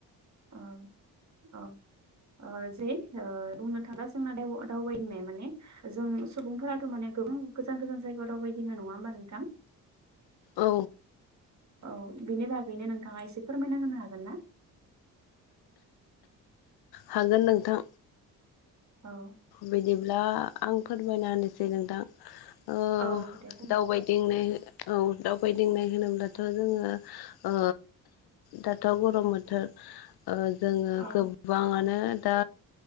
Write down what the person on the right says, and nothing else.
अ औ ओ जे ओ बुंनो थाङा जोंना दावबायनाय माने जों सुबुंफोराथ' माने गोबां गोजान गोजान जायगा राव बायदिनो नङा होमबा नोंथां
औ बिनि बागैनो नोंथाङा एसे फोरमायना होनोनो हागोन ना
औ
औ दे फोरमाय
औ